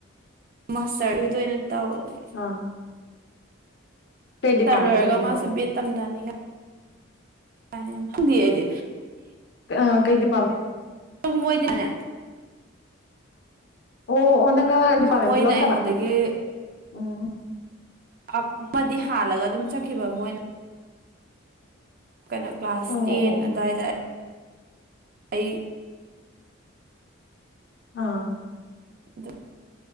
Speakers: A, on the right (about 45°); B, on the left (about 55°).
A: ꯃꯥꯁꯇꯔꯗꯨꯗ ꯑꯣꯏꯅ ꯇꯧꯋꯦ
B: ꯑꯥ ꯀꯩ ꯗꯤꯄꯥꯔꯠꯃꯦꯟ
A: ꯁꯔ ꯂꯣꯏꯔꯒ
B: ꯑꯣꯏꯗꯣꯏꯅꯣ
A: ꯃꯥꯁꯨ ꯕꯦꯠ ꯇꯝꯊꯅꯤꯒ ꯀ ꯌꯥꯝꯛꯇꯗꯤꯗꯦ
B: ꯑ ꯀꯩꯗꯤ ꯄꯝꯃꯦ
A: ꯃꯣꯏꯗꯤꯗꯅꯦ
B: ꯑꯣ ꯑꯣ ꯅꯪꯒ ꯗꯤꯄꯥꯃꯦꯟ
A: ꯃꯣꯏꯅ
B: ꯄꯨ ꯂꯠꯇꯕ
A: ꯑꯩꯉꯣꯟꯗꯒꯤ
B: ꯎꯝ
A: ꯑꯃꯗꯤ ꯍꯥꯜꯂꯒ ꯑꯗꯨꯝ ꯆꯠꯈꯤꯕ ꯃꯣꯏꯅ ꯀꯩꯅꯣ ꯀ꯭ꯂꯥꯁ
B: ꯑꯣ
A: ꯇꯦꯟ
B: ꯑꯣ ꯑꯣ
A: ꯑꯗꯨꯋꯥꯏꯗ ꯑꯩ
B: ꯑꯥ
A: ꯑꯗ